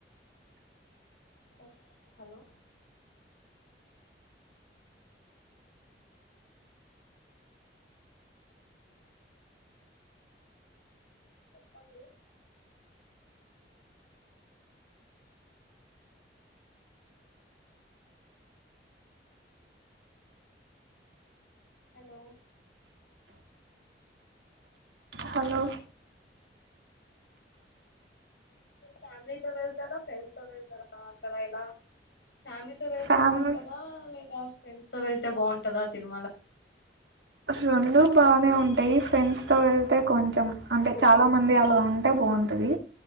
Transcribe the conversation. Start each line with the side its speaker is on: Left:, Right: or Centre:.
Left: sir hello చెప్పండి హలో
Right: హలో
Left: ఫ్యామిలీతో వెళ్తారా ఫ్రెండ్స్ తో వెళ్తారా అక్కడ ఏలా ఫ్యామిలీతో వెళ్తే
Right: ఫ్యామిలీ
Left: బాగుంటదా లేదా ఫ్రెండ్స్ తో వెళ్తే బాగుంటదా తిరుమల
Right: రెండు బానే ఉంటాయి ఫ్రెండ్స్తో వెళ్తే కొంచెం అంటే చాలామంది అలా ఉంటే బాగుంటుంది